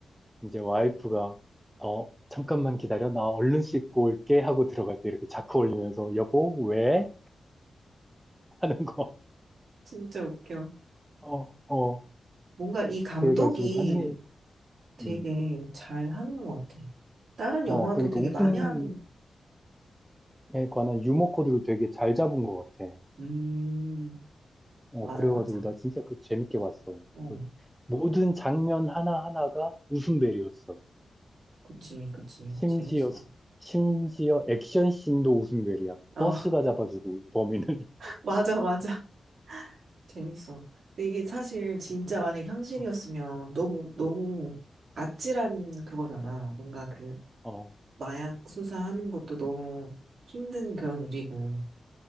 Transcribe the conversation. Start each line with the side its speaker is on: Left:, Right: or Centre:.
Centre: 이제 와이프가 어, 잠깐만 기다려 나 얼른 씻고 올게 하고 들어갈 때 이렇게 자크 올리면서 여보 왜? 하는 거.
Right: 진짜 웃겨.
Centre: <laughs> 어, 어.
Right: 뭔가 이 감독이
Centre: 그래가지고 나중에
Right: 되게
Centre: 음,
Right: 잘 하는 것 같아. 다른
Centre: 어,
Right: 영화도
Centre: 그러니까
Right: 되게
Centre: 웃음에
Right: 많이 한,
Centre: 관한 유머 코드를 되게 잘 잡은 것 같아.
Right: 음,
Centre: 어,
Right: 맞아,
Centre: 그래가지고
Right: 맞아.
Centre: 나 진짜 그 재밌게 봤어.
Right: 어,
Centre: 그 모든 장면 하나하나가 웃음벨이었어.
Right: 그치, 그치.
Centre: 심지어,
Right: 재밌어.
Centre: 심지어 액션 씬도 웃음벨이야.
Right: 어,
Centre: 버스가 잡아주고 범인을.
Right: <laughs> 맞아, 맞아. 재밌어. 근데 이게 사실 진짜 만약 현실이었으면
Centre: <laughs>
Right: 너무, 너무 아찔한 그거잖아. 뭔가 그
Centre: 어,
Right: 마약 수사하는 것도 너무 힘든 그런 일이고.